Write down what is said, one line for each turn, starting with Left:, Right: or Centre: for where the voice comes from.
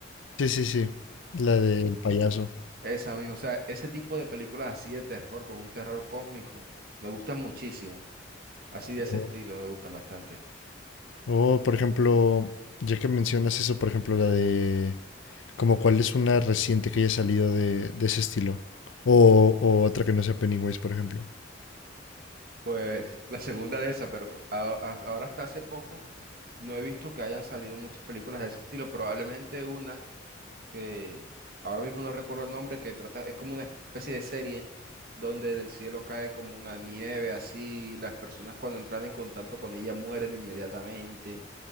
Left: Sí, sí, sí, la del payaso.
Right: Esa misma, o sea, ese tipo de películas así de terror, con un terror cósmico, me gustan muchísimo. Así de ese
Left: Oh.
Right: estilo, me gustan bastante.
Left: O, por ejemplo, ya que mencionas eso, por ejemplo, la de, como cuál es una reciente que haya salido de, de ese estilo, o, o otra que no sea Pennywise, por ejemplo.
Right: Pues <laughs> la segunda de esa, pero a- a- ahora hasta hace poco no he visto que hayan salido muchas películas de ese estilo. Probablemente una que ahora mismo no recuerdo el nombre, que trata, es como una especie de serie donde del cielo cae como una nieve así, y las personas cuando entran en contacto con ella mueren inmediatamente.